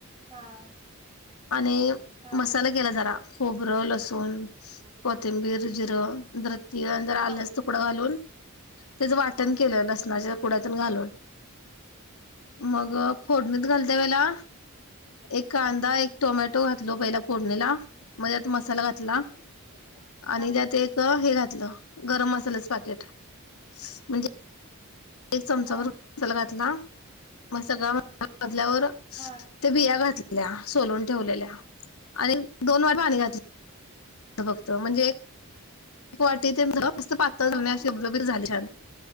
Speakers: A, on the right; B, on the left.
A: हा हा
B: आणि
A: हा
B: मसाला
A: हा
B: केला जरा खोबरं लसूण.
A: <unintelligible>
B: कोथिंबीर जिरं जरा तीळ अन आल्याचा
A: हा हा
B: तुकडा घालून त्याचं वाटण केलं लसणाच पुड्यातून घालून मग फोडणीत घाल त्या वेला एक कांदा एक टोमॅटो घातलो पहिला फोडणीला मगं त्यात मसाला घातला.
A: <unintelligible>
B: आणि त्यात एक हे घातलं गरम मसाल्याच पाकेट म्हणजे एक चमचा
A: हा
B: भर मसाला घातला. मग सगळा मसाला भाजल्यावर
A: हा
B: त्या बिया घातलेल्या सोलून ठेवलेल्या. आणि <inaudible> दोन वेळा पाणी घातल बघतो म्हणजे एक वाटी ते मस्त
A: हा
B: पातळ
A: तो अभ्यास
B: रबरबीत झाली छान